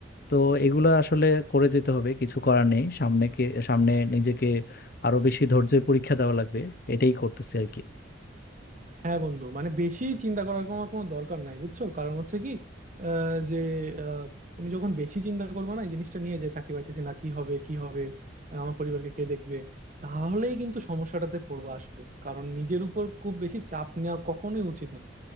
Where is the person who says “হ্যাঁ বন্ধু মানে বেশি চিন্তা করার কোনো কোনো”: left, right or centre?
Right